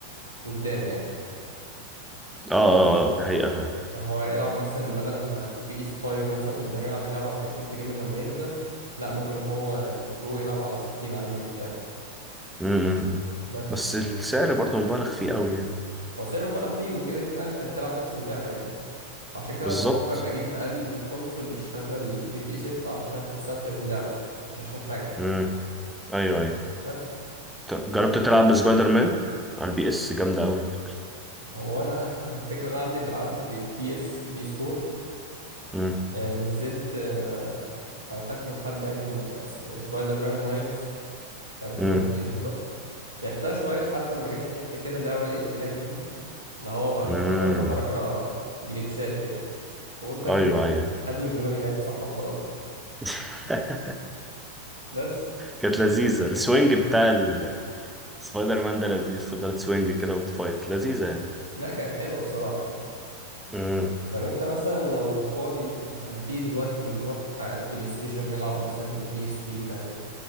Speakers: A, on the right; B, in the centre.
A: قدام يعني
B: اه اه آه، ده حقيقة فعلا
A: يعني هو يلعب مثلا بدل ما بي اس 5 مثلا قدام يلعب اللعب على 30 فريم لما يقدم لا ممكن هو البرو يلعب على 60 عادي مرتاح
B: امم
A: بس
B: بس السعر برضه مبالغ فيه قوي يعني
A: هو سعر مبالغ فيه وكده كده انت هتلعب نفس اللعبه يعني عشان كده
B: بالظبط
A: بفكر اجيب اقل كونسول يشغل جي تي اي 6 علشان استمتع باللعبه مش عشان حاجه
B: امم ايوه ايوه
A: بس
B: جربت تلعب بسبايدر مان على البي اس جامدة قوي على فكرة
A: هو انا <laughs> الفكره إن انا عندي دراعات بي اس بي اس 4
B: مم.
A: آه، نزلت آه، او خدت من حد يعني إن- س- سبايدر مان مايلز مش عارف
B: امم
A: مايلز ايه بالظبط لعبتها شويه لحد ما جت في حته كده اللعبه بدات تلاج مني اللي هو بقى
B: امم
A: بيتحرك بحركه جليتشات كده فقلت <laughs>
B: ايوه ايوه
A: هدوش دماغي ليه همسحها وخلاص
B: <laughs>
A: بس
B: كانت لذيذه السوينج
A: مم.
B: بتاع ال- سبايدر مان ده لذيذ تفضل تسوينج كده وتفايت لذيذه يعني
A: لا كانت حلوه الصراحه يعني
B: امم
A: طب انت مثلا لو فاضي ما تيجي دلوقتي نروح بلاي ستيشن نلعب مثلا بيس فيفا يعني